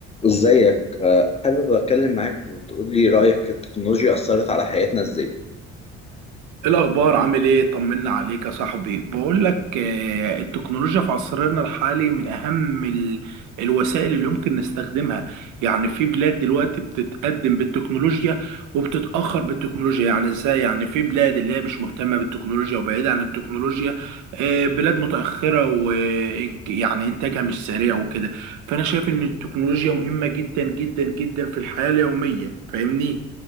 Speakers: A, on the left; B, on the right.
A: ازيك آه، حابب اتكلم معاك وتقول لي رايك التكنولوجيا اثرت على حياتنا ازاي
B: إيه الأخبار عامل إيه؟ طمنا عليك يا صاحبي، بقول لك آه، التكنولوجيا في عصرنا الحالي من أهم ال- الوسائل اللي يمكن نستخدمها، يعني في بلاد دلوقتي بتتقدم بالتكنولوجيا وبتتأخر بالتكنولوجيا، يعني إزاي؟ يعني في بلاد اللي هي مش مهتمة بالتكنولوجيا وبعيدة عن التكنولوجيا، آه، بلاد متأخرة ويعني إنتاجها مش سريع وكده، فأنا شايف إن التكنولوجيا مهمة جدا جدا جدا في الحياة اليومية، فاهمني؟